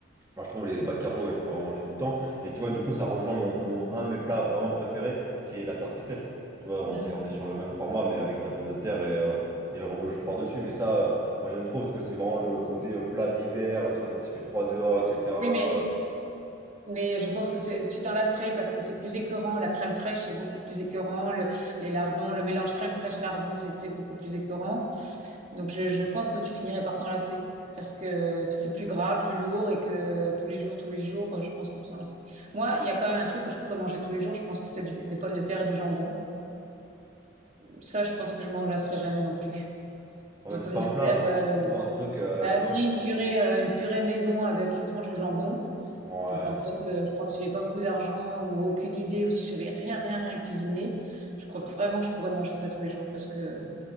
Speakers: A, on the right; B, on the right.
A: moi je trouve les, les pâtes carbo, et je pourrais en manger tout le temps. Et tu vois, du coup, ça rejoint mon, mon- un de mes plats vraiment préférés, qui est la tartiflette. Tu vois, on,
B: mm.
A: c'est- on est sur le même format, mais avec la pomme de terre et, euh, et le reblochon par-dessus. Mais ça, euh, moi j'aime trop, parce que c'est vraiment le côté euh, plat d'hiver, tu vois, quand il fait froid dehors, etc.
B: Oui, mais
A: Euh,
B: Mais je pense que c'est- tu t'en lasserais parce que c'est plus écœurant. La crème fraîche, c'est beaucoup plus écœurant. Le, les lardons, le mélange crème fraîche lardon, c'est c'est beaucoup plus écœurant. Donc je, je pense que tu finirais par t'en lasser parce que c'est plus gras, plus lourd et que tous les jours, tous les jours, je pense que tu t'en lasserais. Moi, il y a quand même un truc que je pourrais manger tous les jours. Je pense que c'est du- des pommes de terre et du jambon. Ça, je pense que je m'en lasserai jamais non plus.
A: ouais,
B: Les
A: c'est
B: pommes
A: pas
B: de
A: un plat,
B: terre,
A: il faut
B: euh,
A: trouver un truc, euh,
B: bah,
A: tu vois.
B: si une purée, euh, une purée maison avec une tranche de jambon.
A: Ouais.
B: Et ben, en fait, euh, je crois que si j'avais pas beaucoup d'argent ou aucune idée ou si j'avais rien, rien, rien cuisiné, je crois que vraiment que je pourrais manger ça tous les jours parce que